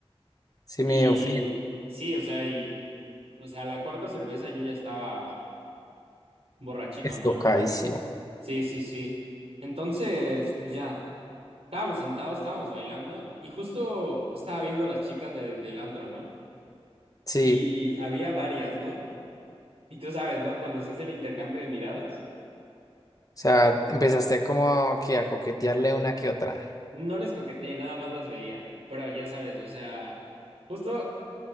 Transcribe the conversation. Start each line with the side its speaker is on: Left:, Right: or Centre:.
Left: sí
Right: y
Left: me ofrece.
Right: sí, o sea, y, o sea, la cuarta cerveza yo ya estaba borrachito,
Left: Es
Right: ¿no?
Left: tocadísimo. <laughs>
Right: Sí, sí, sí. Entonces, pues ya, estábamos sentados, estábamos bailando y justo estaba viendo a las chicas de- del antro, ¿no?
Left: Sí,
Right: Y había varias, ¿no? Y tú sabes, ¿no? Cuando se hace el intercambio de miradas,
Left: o sea, empezaste como que a coquetearle una que otra.
Right: no les coqueteé, nada más las veía, pero ya sabes, o sea... Justo